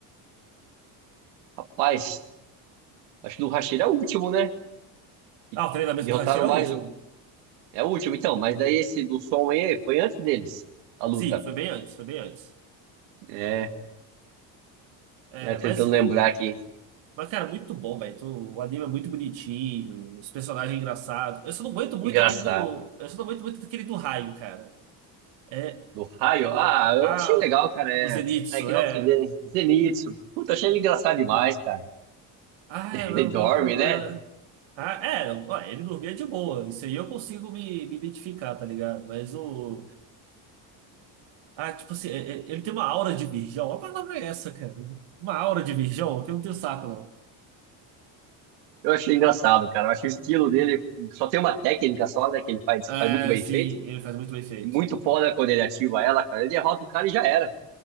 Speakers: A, on the right; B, on the right.
A: Rapaz, acho que do Hashira é o último, né? Que
B: Ah, o treinamento
A: derrotaram
B: do Hashira
A: mais
B: é o último.
A: um. É o último, então. Mas daí esse do som aí foi antes deles, a luta.
B: Sim, foi bem antes, foi bem antes.
A: É,
B: É,
A: é tentando
B: mas
A: lembrar aqui.
B: Mas, cara, muito bom, velho. Tu- O anime é muito bonitinho, os personagens engraçados. Eu só não aguento muito
A: Engraçado.
B: aquele do. Eu só não aguento muito aquele do raio, cara. É.
A: Do raio? Ah, eu
B: Ah,
A: achei legal, cara.
B: o Zenitsu,
A: É, é que
B: é.
A: nome que ele é? Zenitsu. Puta, achei ele engraçado demais, cara. <laughs>
B: Ah,
A: Ele
B: é o
A: dorme,
B: problema.
A: né?
B: Ah, é, ó, ele dormia de boa. Isso aí eu consigo me, me identificar, tá ligado? Mas o. Ah, tipo assim, é- é- ele tem uma aura de virgão. A palavra é essa, cara. Uma aura de virgão que eu não tenho saco, não.
A: Eu achei engraçado, cara. Eu achei o estilo dele. Só tem uma técnica só, né? Que ele faz,
B: É,
A: que faz muito bem
B: sim,
A: feito.
B: ele faz muito bem feito.
A: Muito foda quando ele ativa ela, cara. Ele derrota o cara e já era.